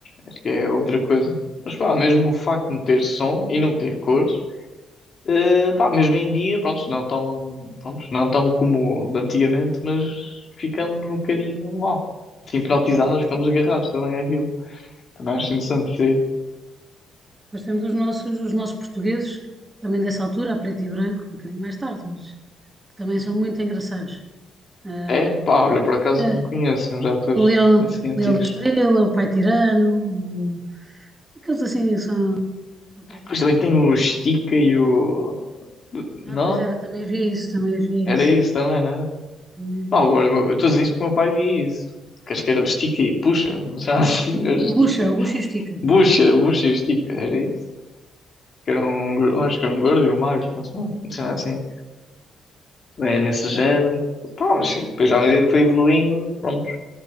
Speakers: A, on the left (about 45°); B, on the right (about 20°).
A: acho que é outra coisa. Mas pá, mesmo o facto de não ter som e não ter cores, eh, pá, mesmo em dia, pronto, não tão, pronto, não tão como de antigamente, mas ficamos um bocadinho, ó, hipnotizados, ficamos agarrados também àquilo. Também acho interessante, sim.
B: Depois temos os nossos, os nossos portugueses, também dessa altura, a preto e branco, um bocadinho mais tarde, mas que também são muito engraçados. Eh,
A: É? Pá, olha, por acaso não
B: eh,
A: conheço uns atores
B: o Leão,
A: assim antigos.
B: Leão da Estrela, o Pai Tirano, o- aqueles assim são, são preto
A: Depois
B: e branco.
A: também tem o Stica e o.
B: Ah,
A: Não?
B: pois era, também havia isso, também havia
A: Era
B: esse.
A: isso também, não era?
B: Também havia.
A: Pá, agora eu estou a dizer isto porque o meu pai via isso. Queres que era o Stica e Puxa? Já assim,
B: O
A: <laughs>
B: Bu-
A: era o
B: o
A: Stica.
B: Bucha, o Bucha e o Estica.
A: Bucha, Bucha e o Stica, era isso. Que era um, gor- acho que era um gordo e um magro, não sei, não sei nada assim. Também é nesse género. Pá, mas sim, depois à medida que foi evoluindo, pronto,